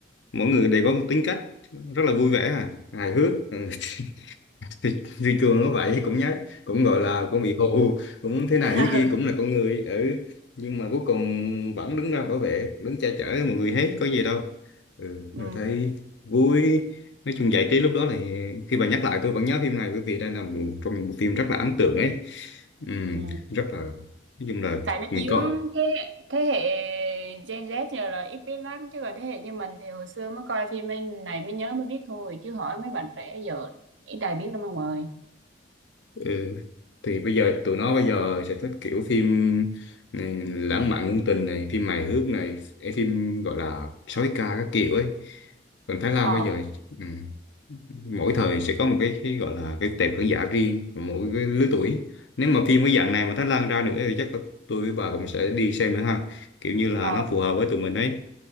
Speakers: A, on the left; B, on the right.
A: mỗi người đều có một tính cách rất là vui vẻ à, hài hước ừ. <laughs> thì, thì Cường nó vậy cũng nhát cũng gọi là cũng bị hù cũng thế này
B: <laughs>
A: thế kia cũng là con người ừ. nhưng mà cuối cùng vẫn đứng ra bảo vệ đứng che chở mọi người hết có gì đâu ừ.
B: ừ.
A: rồi thấy vui nói chung giải trí lúc đó là khi bà nhắc lại tôi vẫn nhớ phim này bởi vì đây là một trong những bộ phim rất là ấn tượng ấy ừ.
B: ừ.
A: rất là nói chung là
B: tại nó
A: mình
B: chiếu
A: coi
B: thế hệ- thế hệ Gen Z giờ là ít biết lắm chứ còn thế hệ như mình thì hồi xưa mới coi phim anh này mới nhớ mới biết thôi chứ hỏi mấy bạn trẻ giờ ít ai biết lắm ông ơi
A: Ừ. Thì bây giờ tụi nó bây giờ sẽ thích kiểu phim ừ, lãng mạn ngôn tình này, phim hài hước này, ê, phim gọi là sói ca các kiểu ấy. Còn Thái Lan
B: ờ
A: bây giờ ừ, mỗi thời sẽ có một cái, cái gọi là cái tệp khán giả riêng của mỗi cái lứa tuổi. Nếu mà phim cái dạng này mà Thái Lan ra nữa thì chắc là tôi với bà cũng sẽ đi xem nữa ha. Kiểu như là
B: ờ
A: nó phù hợp với tụi mình ấy.